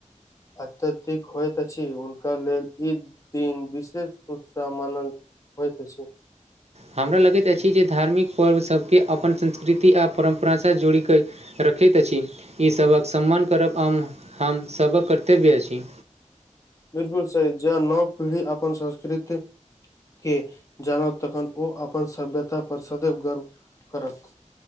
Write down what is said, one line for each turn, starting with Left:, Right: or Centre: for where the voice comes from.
Left: अत्यधिक होइत अछि हुनका लेल ई दिन विशेष उत्साह मानल होइत अछि
Right: हमरा लगैत अछि जे धार्मिक पर्व सभके अपन संस्कृति आर परम्परासँ जोड़िक कऽ रखैत अछि ईसभक सम्मान करब हम हमसभक कर्तव्य अछि
Left: बिलकुल सही ज नव पीढ़ी अपन संस्कृति के जानत तखन ओ अपन सभ्यता पर सदैव गर्व करत